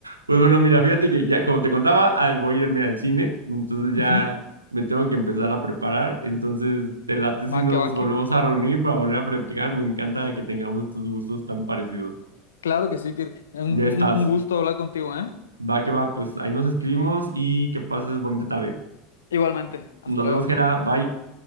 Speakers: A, on the right; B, on the left.
A: Pues bueno, mira, fíjate que ya, como te contaba, ah, voy a irme al cine, entonces ya
B: Ujú.
A: me tengo que empezar a preparar. Entonces, te late si
B: Va
A: nos
B: que va,
A: volvemos
B: Kirk.
A: a reunir para volver a practicar. Me encanta que tengamos estos gustos tan parecidos.
B: Claro que sí, Kirk. Un,
A: Ya estás.
B: un gusto hablar contigo, ¿eh?
A: Va que va, pues ahí nos escribimos y que pases bonita tarde.
B: Igualmente. Hasta
A: Nos
B: luego.
A: vemos, Jera. Bye.